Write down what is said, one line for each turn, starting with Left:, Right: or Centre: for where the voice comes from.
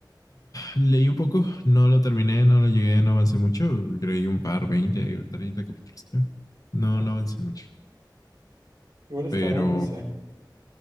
Left: Leí un poco, no lo terminé, no lo llegué, no avancé mucho. Creí un par, 20 o 30 capítulos, creo. No,
Right: No.
Left: no avancé mucho.
Right: Igual está
Left: Pero
Right: bueno ese.